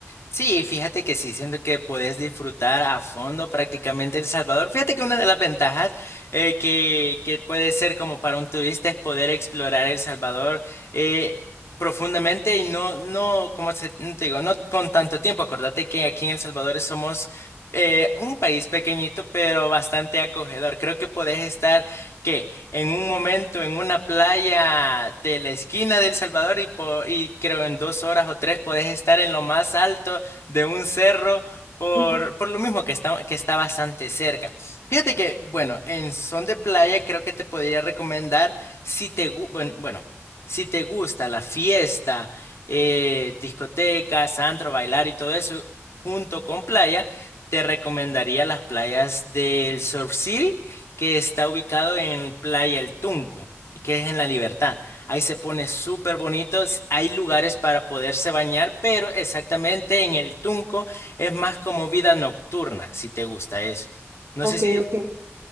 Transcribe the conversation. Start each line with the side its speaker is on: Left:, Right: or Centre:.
Left: Sí, fíjate que sí, siento que puedes disfrutar a fondo prácticamente El Salvador. Fíjate que una de las ventajas eh, que, que puede ser como para un turista es poder explorar El Salvador eh, profundamente y no, no, como se- no te digo, no con tanto tiempo. Acordate que aquí en El Salvador somos eh, un país pequeñito, pero bastante acogedor. Creo que podés estar, ¿qué? En un momento en una playa de la esquina de El Salvador y, po- y creo en dos horas o tres podés estar en lo más alto de un cerro por,
Right: Ujú.
Left: por lo mismo que está, que está bastante cerca. Fíjate que, bueno, en son de playa creo que te podría recomendar si te, gu- buen- bueno, si te gusta la fiesta, eh, discotecas, antro, bailar y todo eso junto con playa, te recomendaría las playas del Surf City, que está ubicado en Playa El Tunco, que es en La Libertad. Ahí se pone súper bonito. s- Hay lugares para poderse bañar, pero exactamente en el Tunco es más como vida nocturna, si te gusta eso. No
Right: Ok,
Left: sé si...
Right: ok.